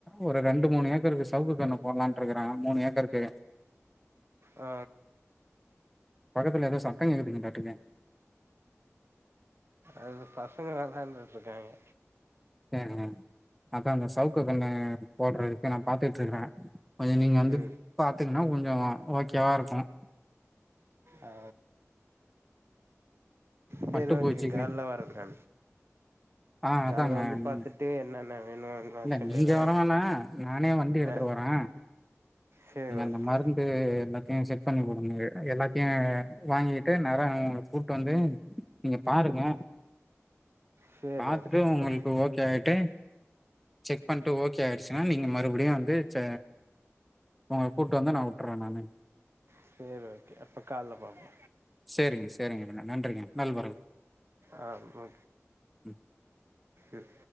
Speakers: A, in the centre; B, on the right.
A: ஒரு ரெண்ட் ரெண்டு மூணு ஏக்கருக்கு சவுக்கு கண்ணு போடலான்றுக்குறே மூணு ஏக்கருக்கு
B: ஆ
A: பக்கத்துல ஏதோ சத்தோ கேக்குதுங்க டாட்டுக்கு
B: அது பசங்க வெளாண்டு இருக்காய்ங்க
A: சேரிங்க அதாங்க சவுக்கு கண்ணு போடுறதுக்கு நா பாத்துட்டு இருக்கே கொஞ்சோ நீங்க வந்து
B: ம்
A: பாத்துக் ங்ன்னா கொஞ்சோ ஓகேவாருக்கும்
B: அ செரி
A: பட்டுப்பூச்சிக்கு
B: ஓகே கால்ல வரங்க
A: ஆ அதாங்க
B: கால்ல வந்து
A: நீங்க
B: பாத்துட்டு என்னென்ன வேணுனு நா
A: இல்ல
B: சொல்லிடுறே
A: நீங்க வரவேனா நானே வந்து எடுத்துட்டு
B: ஆ
A: வரே
B: சரி
A: நீங்க அந்த
B: ஓகே
A: மருந்து பத் நீங்க செட் பண்ணி குடுங்க அது எல்லாத்தையு வாங்கிட்டு நேரா உங்கள கூப்புட்டு வந்து நீங்க பாருங்க
B: சரி
A: பாத்துட்டு
B: ஓகே அப்ப
A: உங்களுக்கு ஓகே ஆயிட்டு செக் பண்ணிட்டு ஓகே ஆயிடுச்சுன்னா நீங்க மறுபடியு வந்து ச உங்க கூட்டு வந்து நா வுட்டுறே நானு.
B: செரி ஓகே அப்ப கால்ல பாப்போ
A: செரிங்க செரிங்க நன்றிங்க நல்வரவு.
B: ஆ க
A: ம்
B: ம்.